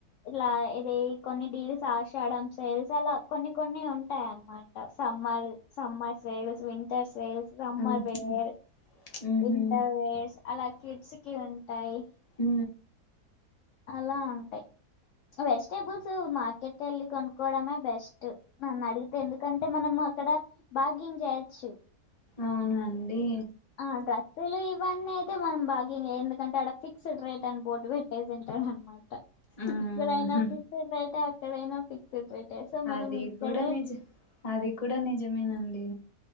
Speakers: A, on the left; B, on the left.
A: ఇలా ఇది కొన్ని డీల్స్ ఆషాడం సేల్స్ అలా కొన్ని కొన్ని ఉంటాయి అన్నమా ట summer summer sales winter sales రమ్మర్
B: ఆహా
A: వేర్
B: ఉహు
A: ఇంటర్వేర్స్ అలా కిడ్స్ కి ఉంటాయి
B: ఊ
A: అలా ఉంటాయి ఈ వెజిటబుల్స్ మార్కెట్ కెళ్ళి కొనుక్కోవడమే బెస్ట్ నన్ను అడిగితే ఎందుకంటే మనము అక్కడ భ్యాగింగ్ చేయచ్చు
B: అవునండి
A: ఆ డ్రస్సులు ఇవన్నీ అయితే మనం బాగెయిన్ చే ఎందుకంటే అడ ఫిక్స్డ్ రేట్ అని బోర్టు పెట్టేసిన్ ట హనమాట
B: ఉమ్
A: ఇక్కడైనా ఫిక్సడ్ రేట్ అక్కడైనా ఫిక్సడ్ రే టే సో మనం
B: అది
A: ఇక్కడే
B: కూడా నిజ అది కూడా నిజమేనండి